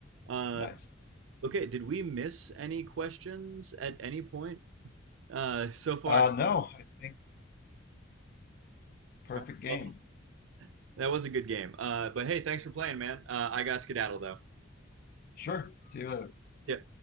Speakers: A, on the right; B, on the left.
A: Uh,
B: Nice.
A: okay. Did we miss any questions at any point uh, so far?
B: Uh, no, I think perfect
A: All right,
B: game.
A: well, that was a good game. Uh, but hey, thanks for playing, man. Uh, I got skedaddle though.
B: Sure. See you later.
A: See ya.